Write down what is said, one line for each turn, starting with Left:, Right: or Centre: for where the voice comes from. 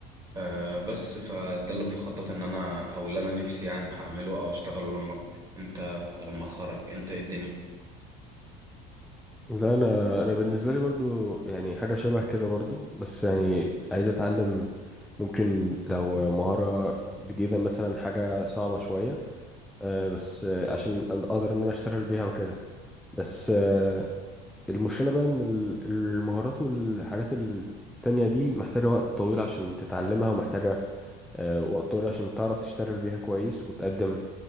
Right: أه بس فده اللي بخطط إن أنا أو اللي أنا نفسي يعني أعمله أو أشتغله لما أكبر أنت لما أتخرج أنت إيه الدنيا
Centre: لا انا انا بالنسبه لي برضو يعني حاجه شبه كده برضو بس يعني عايز اتعلم ممكن لو مهاره جديده مثلا حاجه صعبه شويه أه بس أه عشان اقدر ان انا اشتغل بيها وكده بس أه المشكله بقى ان ال- المهارات والحاجات التانية دي محتاجه وقت طويل عشان تتعلمها ومحتاجه أه وقت طويل عشان تعرف تشتغل بيها كويس وتقدم